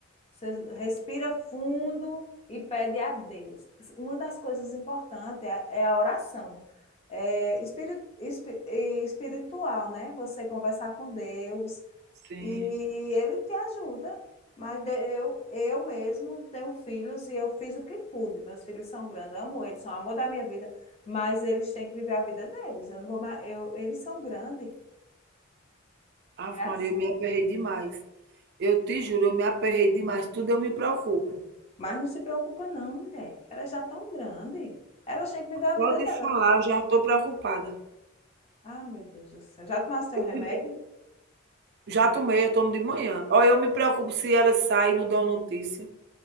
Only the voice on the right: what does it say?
Sim.
Ave
Maria, eu me aperrei demais. Eu te juro, eu me aperrei demais, tudo eu me preocupo.
Só
de
falar eu já estou preocupada.
Eu
me Já tomei, eu tomo de manhã. Olha, eu me preocupo se elas saem e não dão notícia.